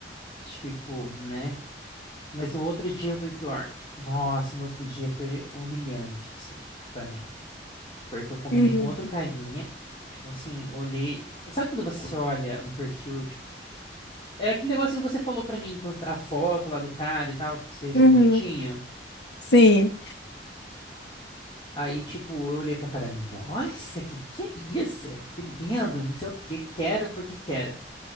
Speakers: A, on the left (about 30°); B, on the left (about 70°).
A: Tipo, né? Mas no outro dia foi pior. Nossa, no outro dia foi humilhante, assim, pra mim. Porque eu combinei
B: uhum,
A: com outro carinha. Tipo assim, olhei. Tipo, sabe quando você olha no perfil, É aquele negócio que você falou pra mim, quando a foto lá do cara e tal, que você achou
B: uhum.
A: bonitinho.
B: Sim.
A: Aí, tipo, eu olhei pra cara, nossa, que que é isso? Que lindo, não sei o que, quero porque quero.